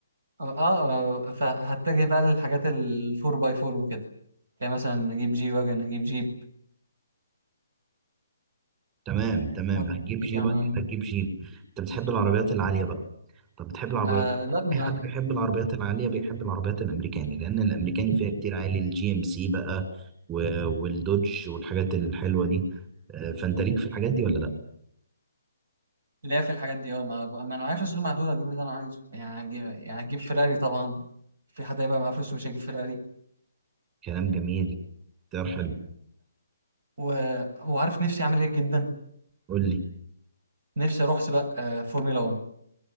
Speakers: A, on the right (about 65°); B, on the right (about 20°).
A: اه آه، فهتجه بقى للحاجات الفور باي فور وكده تلاقي مثلا اجيب جي واجن اجيب جيب
B: تمام تمام
A: واجيب
B: هتجيب جيب
A: ايه كمان
B: ولا هتجيب جيب أنت بتحب العربيات العالية بقى طب بتحب العربيات
A: آه لا ما
B: اي حد بيحب العربيات العاليه بيحب العربيات الامريكاني لان الامريكاني فيها كتير عالي الجي ام سي بقى و- والدوج والحاجات الحلوه دي آه، فانت ليك في الحاجات دي ولا لا
A: لا في الحاجات دي اه ما, ما انا معايا فلوس غير محدوده اجيب اللي انا عايزه يعني هجيب يعني هجيب فيراري طبعا في حد هيبقى معاه فلوس ومش هيجيب فيراري
B: كلام جميل اختيار حلو
A: و... وعارف نفسي اعمل ايه جدا
B: قول لي
A: نفسي اروح سباق آه فورمولا 1